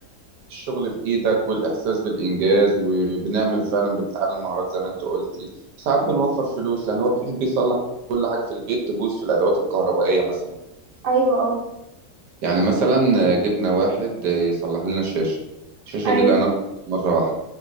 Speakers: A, on the right; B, on the right.
A: الشغل بايدك والاحساس بالانجاز وبنعمل فعلا بنتعلم مهارات زي ما انت قلتي ساعات بنوفر فلوس يعني هو بيحب يصلح كل حاجه في البيت تبوظ في الادوات الكهربائيه مثلا
B: ايوه اه
A: يعني مثلا جبنا واحد يصلح لنا الشاشة الشاشة
B: ايوه
A: دي اللي أنا مرة واحدة